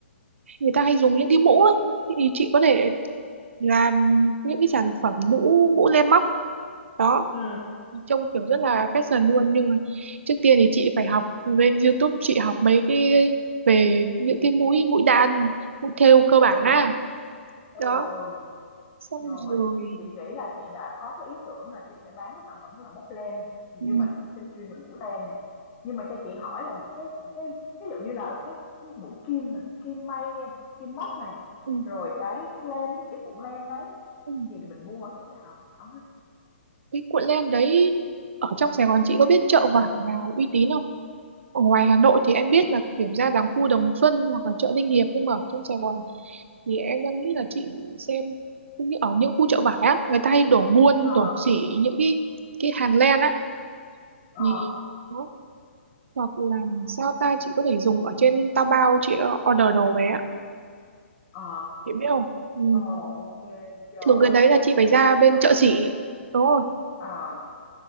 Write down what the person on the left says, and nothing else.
ừ
ừ
ừ
ừ.
Rồi,
chị nghĩ là chị đã có cái ý tưởng là chị sẽ bán cái sản phẩm là móc len nhưng
mà chị sẽ chuyên về mũ len này nhưng mà cho chị hỏi là những cái những cái ví dụ như là cái cái mũi kim nè kim may kim móc này
rồi cái cái len với cái cuộn len đấy
thì mình mua ở chỗ nào hả Thảo ha?
Ờ,
ờ,
ờ,
ờ, ok, rồi.
Vậy
là
chị
phải
à,